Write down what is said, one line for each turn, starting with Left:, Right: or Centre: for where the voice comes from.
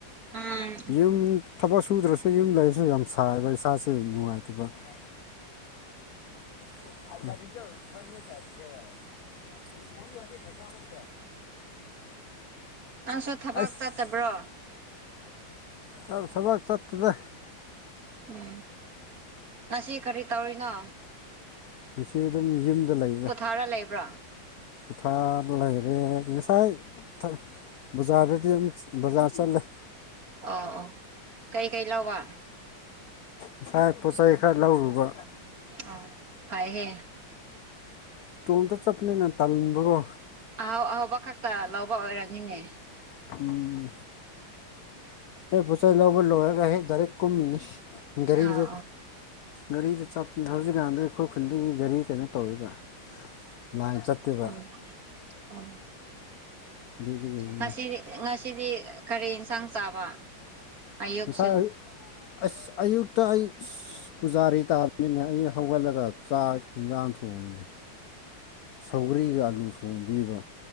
Right: ꯎꯝ
Left: ꯌꯨꯝ ꯊꯕꯛ ꯁꯨꯗ꯭ꯔꯁꯨ ꯌꯨꯝ ꯂꯩꯕꯁꯦ ꯌꯥꯝ ꯁꯥꯏꯌꯦꯕ ꯏꯁꯥꯁꯦ ꯅꯨꯡꯉꯥꯏꯇꯦꯕ ꯍꯣꯏ <unintelligible>
Right: ꯅꯪꯁꯨ ꯊꯕꯛ
Left: ꯑꯁ
Right: ꯆꯠꯇꯥꯕ꯭ꯔꯣ?
Left: ꯊꯧ ꯊꯕꯛ ꯆꯠꯇꯦꯗꯥ
Right: ꯎꯝ ꯉꯁꯤ ꯀꯔꯤ ꯇꯧꯔꯤꯅꯣ?
Left: ꯉꯁꯤ ꯑꯗꯨꯝ ꯌꯨꯝꯗ ꯂꯩꯗꯥ꯫
Right: ꯕꯥꯔꯥ ꯂꯩꯕ꯭ꯔꯥ?
Left: ꯃꯊꯥꯗꯣ ꯂꯩꯔꯦ ꯉꯁꯥꯏ <unintelligible> ꯕꯖꯥꯔꯗꯗꯤ ꯎꯝ ꯕꯖꯥꯔ ꯆꯠꯂꯦ
Right: ꯑꯣ ꯑꯣ ꯀꯩꯀꯩ ꯂꯧꯕ?
Left: ꯉꯁꯥꯏ ꯄꯣꯠꯆꯩ ꯈꯔ ꯂꯧꯔꯨꯕ
Right: ꯑꯣ ꯐꯩꯍꯦ꯫
Left: ꯇꯣꯝꯇ ꯆꯠꯄꯅꯤꯅ ꯇꯟꯕꯒꯣ꯫
Right: ꯑꯍꯥꯎ ꯑꯍꯥꯎꯕ ꯈꯛꯇ ꯂꯧꯕ ꯑꯣꯏꯔꯝꯅꯤꯅꯦ꯫
Left: ꯎꯝ ꯍꯦꯛ ꯄꯣꯠꯆꯩ ꯂꯧꯕ ꯂꯣꯏꯔꯒ ꯍꯦꯛ ꯗꯥꯏꯔꯦꯛ ꯀꯨꯝ ꯃꯤꯅꯤ꯫ ꯒꯥꯔꯤꯗ
Right: ꯑꯥ ꯑꯥ
Left: ꯒꯥꯔꯤꯗ ꯆꯠꯄ ꯍꯧꯖꯤꯛꯀꯥꯟꯗ ꯑꯩꯈꯣꯏ ꯈꯨꯟꯗꯒꯤ ꯒꯥꯔꯤ ꯀꯩꯅꯣ ꯇꯧꯋꯦꯕ꯫ ꯂꯥꯏꯟ ꯆꯠꯇꯦꯕ
Right: ꯎꯝ ꯎꯝ
Left: ꯑꯗꯨꯗꯨꯒꯤꯅꯦ
Right: ꯉꯁꯤꯗꯤ ꯉꯁꯤꯗꯤ ꯀꯔꯤ ꯌꯦꯟꯁꯥꯡ ꯆꯥꯕ? ꯑꯌꯨꯛꯁꯨ
Left: ꯉꯁꯥꯏ ꯑꯁ ꯑꯌꯨꯛꯇ ꯑꯩ, ꯄꯨꯖꯥꯔꯤ ꯇꯥꯕꯅꯤꯅꯦ ꯑꯩ ꯍꯧꯒꯠꯂꯒ ꯆꯥꯛ ꯌꯦꯟꯖꯥꯡ ꯊꯣꯡꯉꯤꯅꯦ꯫ ꯁꯧꯒ꯭ꯔꯤꯒ ꯑꯥꯂꯨ ꯊꯣꯡꯕꯤꯕ꯫